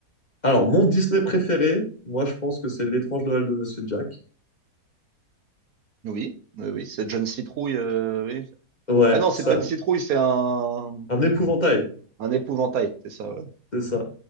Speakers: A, on the left; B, on the right.
A: Alors, mon Disney préféré, moi, je pense que c'est L'étrange Noël de Monsieur Jack.
B: Oui, oui, oui, cette jeune citrouille. euh, oui.
A: Ouais,
B: Ah non,
A: ça,
B: c'est pas une citrouille, c'est un,
A: un épouvantail,
B: un épouvantail, c'est ça. ouais.
A: c'est ça.